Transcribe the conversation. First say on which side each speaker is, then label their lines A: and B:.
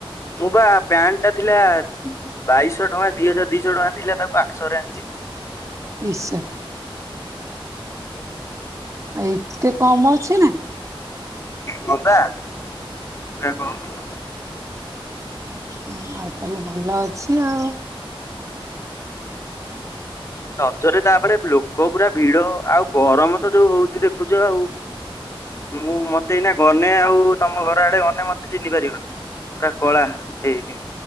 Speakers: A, on the left (about 30°); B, on the right (about 30°).
A: ମୁଁ ବା ପ୍ୟାଣ୍ଟ ଟା ଥିଲା ବାଇଶଶହ ଟଙ୍କା ଦି ହଜାର ଦିଶହ ଟଙ୍କା ଥିଲା ତାକୁ ଆଠଶହରେଞ୍ଚ
B: ଶା ଏତେ କମ ଅଛି ନା
A: ମତା ବଖୁ
B: ହ ଆଚ୍ଛା ତାହେଲେ ଭଲ ଅଛି ଆଉ
A: ରଜରେ ତାପରେ ଲୋକ ପୁରା ଭିଡ ଆଉ ଗରମ ତ ଯୋଉ ହଉଛି ଦେଖୁଛ ଆଉ ମୁଁ ମତେ ଏଇନା ଗ ଅନେ ଆଉ ତମ ଘର ଆଡେ ଅେ ମତେ ଜିନ୍ଧି ପାରିବ ପୁରା କଳା ହେଇଯାଇଛି